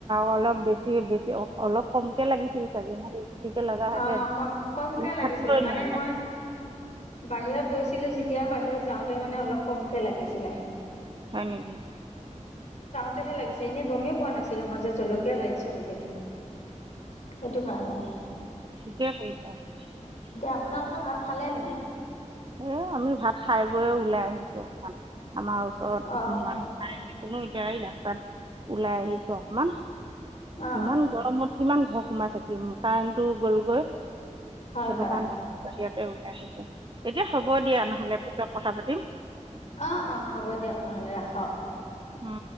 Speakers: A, on the right; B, on the left.
A: অলপ বেছি বেছি অলপ কমকে লাগিছিল চাগে বেছিকৈ লগা হেঁতেন
B: অ কম কমকে
A: আমি
B: লাগিছিলে
A: থাকিবই
B: মানে
A: নোৱাৰিলা
B: মই বাহিৰত গৈছিলো ছিলো যেতিয়া বাহিৰত যাওঁতে মানে অলপ কমকে লাগিছিলে
A: হয় নেকি
B: ততেহে লাগিছে এনে গমেই পোৱা নাছিলো মই যে জলকীয়া লাগিছো বুলি <unintelligible> সেইটো কাৰণে <inaudible>
A: িকে পইছা <unintelligible>
B: এতিয়া আপোনালোকে ভাত খালেে নাই
A: এ আমি ভাত খাই বৈয় ওলাই আহিছোে আমাৰ ওচৰত
B: অঁ
A: মানুহ কোনো এতিয়া এই ৰাস্তাত ওলাই আহিছো অকমান
B: অঁ
A: ইমান গৰমত কিমান ঘৰ সোমাই থাকিম কাৰেণটো গ'লগৈ
B: হয়
A: সেইটো
B: হয়
A: কাৰণে আ বাহিৰত এল আহ এতিয়া হ'ব দিয়া নহলে পিছ কথা পাতিম
B: অ অ হ'ব দিয়ক নহলে ৰাখক
A: অ